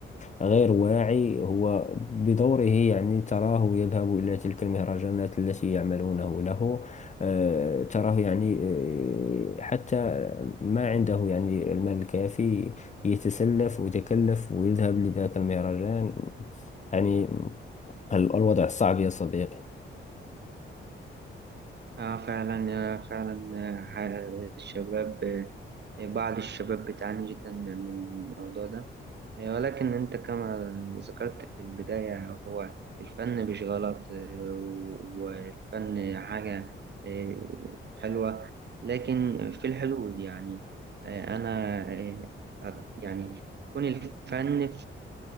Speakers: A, on the left; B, on the right.
A: آه، غير واعي هو بدوره يعني تراه يذهب إلى تلك المهرجانات التي يعملونه له آه، تراه يعني آه، حتى ما عنده يعني المال الكافي يتسلف ويتكلف ويذهب لذاك المهرجان يعني ال- الوضع صعب يا صديقي
B: آه فعلا آه فعلا آه ح- الشباب آه بعض الشباب بتعاني جدا من الموضوع ده إيه، ولكن أنت كما ذكرت في البداية هو الفن مش غلط آه، والفن حاجة آه، حلوة لكن في الحدود يعني آه، أنا آه، أت- يعني يكون الفن في-